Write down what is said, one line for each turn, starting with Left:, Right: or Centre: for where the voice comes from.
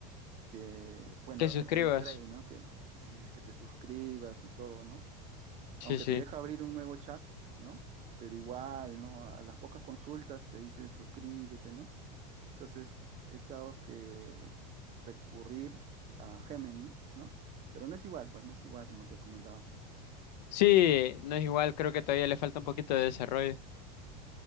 Right: que bueno,
Left: Que suscribas.
Right: al upgrade, ¿no? Que si es que te suscribas y todo, ¿no?
Left: Sí,
Right: aunque
Left: sí.
Right: te deja abrir un nuevo chat, ¿no? Pero igual, ¿no? A las pocas consultas te dice suscríbete, ¿no? Entonces he estado que recurrir a Gemini, ¿no? Pero no es igual, pues no es igual como te comentaba.
Left: Sí, no es igual, creo que todavía le falta un poquito de desarrollo.